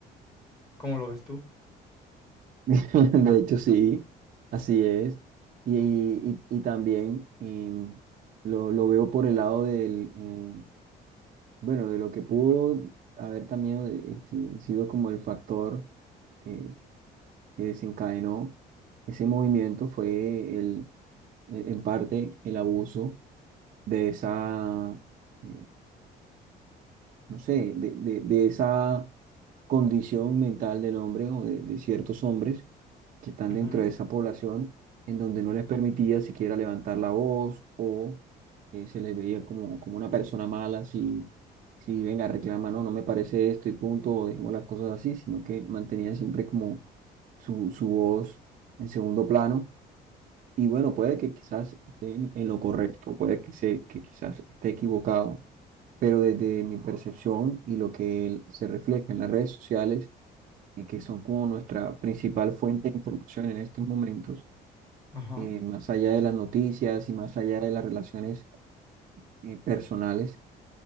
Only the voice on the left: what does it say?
¿Cómo lo ves tú?
Ujú,
Ajá.